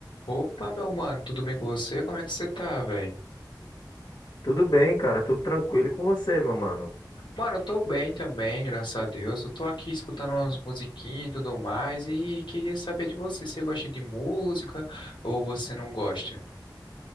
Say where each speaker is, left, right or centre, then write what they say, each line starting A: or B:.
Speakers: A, on the left (about 80°); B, on the left (about 65°).
A: Opa, meu mano, tudo bem com você? Como é que você tá, velho?
B: Tudo bem, cara, tudo tranquilo e com você, meu mano.
A: Mano, eu tô bem também, graças a Deus. Eu tô aqui escutando umas musiquinhas e tudo mais e queria saber de você. Você gosta de música ou você não gosta?